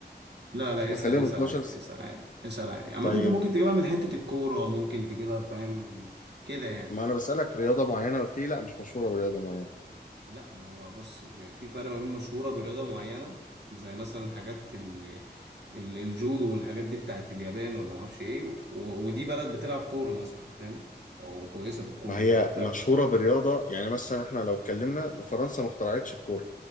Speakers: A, on the right (about 80°); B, on the left (about 50°).
A: لا لا
B: هخليهم
A: اسأل اسأل
B: 12
A: عادي اسأل عادي اسأل عادي عامة
B: طيب
A: انت ممكن تجيبها من حتة الكورة ممكن تجيبها فاهم من كده يعني
B: ما انا بسألك رياضة معينة قلت لي لا مش مشهورة برياضة معينة
A: لا ما هو بص في, في فرق ما بين مشهورة برياضة معينة زي مثلا حاجات ال ال- الجودو والحاجات دي بتاعت اليابان ولا ما اعرفش ايه و- ودي بلد بتلعب كورة مثلا فاهم او كويسة بالكورة
B: ما هي
A: ففي فرق
B: مشهورة
A: بصراحة
B: برياضة يعني مثلا احنا لو اتكلمنا فرنسا ما اخترعتش الكورة